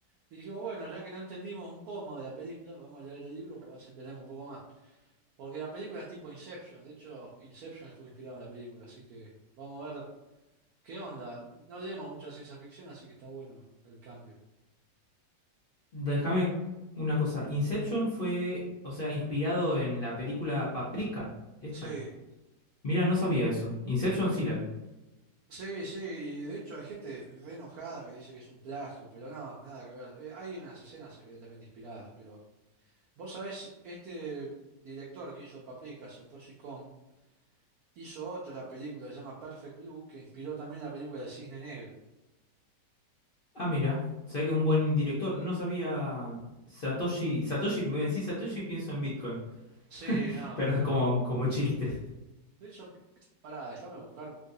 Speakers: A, on the right; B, on the left.
A: Y dijimos, bueno, ya que no entendimos un pomo de la película, vamos a leer el libro para ver si entendemos un poco más. Porque la película es tipo Inception, de hecho, Inception estuvo inspirado en la película, así que vamos a ver qué onda. No leemos mucha ciencia ficción, así que está bueno el cambio.
B: Déjame una cosa. Inception fue, o sea, inspirado en la película Paprika, esta.
A: Sí,
B: Mira, no sabía eso. Inception sí la vi.
A: sí, sí, y de hecho hay gente re enojada que dice que es un plagio, pero no, nada que ver. Eh, hay unas escenas evidentemente inspiradas, pero vos sabés, este director que hizo Paprika, Satoshi Kon, hizo otra película que se llama Perfect Blue, que inspiró también la película El Cisne Negro.
B: Ah, mira, o sea que es un buen director. No sabía Satoshi. Satoshi, me decís Satoshi, y pienso en Bitcoin.
A: Sí,
B: <laughs>
A: no,
B: Pero
A: pero.
B: como, como chiste.
A: De hecho, pará, déjame buscar